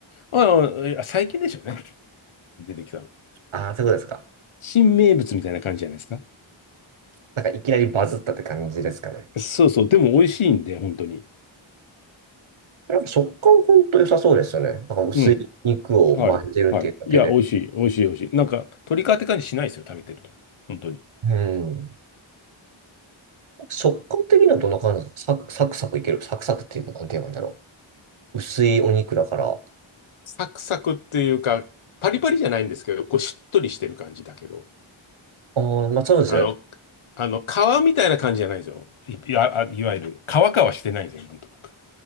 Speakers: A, on the left (about 80°); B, on the right (about 80°).
A: ああ、い最近でしょうね。出てきたの。
B: ああ、そういうことですか。
A: 新名物みたいな感じじゃないですか。
B: なんかいきなりバズったって感じですかね。
A: そうそう。でも美味しいんで、本当に。
B: なんか食感本当良さそうですよね。なんか薄い肉を巻いてるっていうだけで。
A: うん。はい。はい。いや、美味しい。美味しい。美味しい。なんか、鶏皮って感じしないですよ、食べてると。本当に。
B: うん。食感的にはどんな感じなんですかサクサクサクいける。サクサクっていうのは何て言えばいいんだろう。薄いお肉だから。あ
A: サクサクっていうか、パリパリじゃないんですけど、こうしっとりしてる感じだけど、
B: あ、まあそうですよね。
A: あの、あの、皮みたいな感じじゃないですよ。い、いわ、あいわゆる、皮皮してないんですよ、なんとなく。